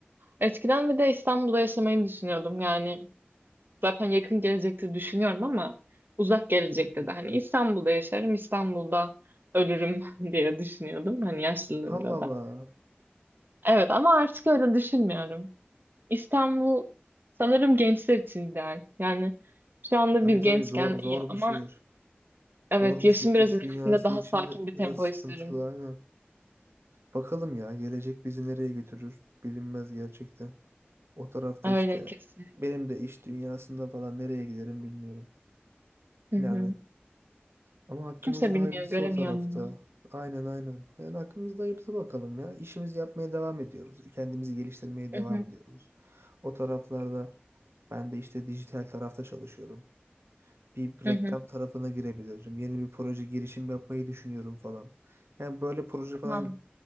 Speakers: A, on the right; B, on the right.
A: eskiden bir de İstanbul'da yaşamayı düşünüyordum. Yani zaten yakın gelecekte düşünüyorum ama uzak gelecekte de hani İstanbul'da yaşarım, İstanbul'da ölürüm <laughs> diye düşünüyordum hani yaşlılığımda
B: Allah Allah.
A: da. Evet ama artık öyle düşünmüyorum. İstanbul sanırım gençler için ideal. Yani şu anda
B: Tabii
A: biz
B: tabii
A: gençken
B: zor zor
A: iyi ama
B: bir şehir.
A: evet
B: Zor
A: yaşım
B: bir şehir. İş
A: biraz ilerlediğinde
B: dünyası
A: daha
B: içinde
A: sakin bir tempo
B: biraz sıkıntılı
A: isterim.
B: aynen. Bakalım ya gelecek bizi nereye götürür bilinmez gerçekten. O tarafta
A: Öyle
B: işte
A: kesin.
B: benim de iş dünyasında falan nereye giderim bilmiyorum.
A: Hı
B: Yani
A: hı.
B: ama hakkımızda
A: Kimse bilmiyor,
B: hayırlısı
A: göremiyor
B: o tarafta.
A: önünü.
B: Aynen aynen. Yani hakkımızda hayırlısı bakalım ya. İşimizi yapmaya devam ediyoruz. Kendimizi geliştirmeye
A: Hı
B: devam
A: hı.
B: ediyoruz. O taraflarda ben de işte dijital tarafta çalışıyorum. Bir
A: Hı
B: reklam
A: hı.
B: tarafına girebilirim. Yeni bir proje girişim yapmayı düşünüyorum falan. Yani böyle proje
A: Tamam.
B: falan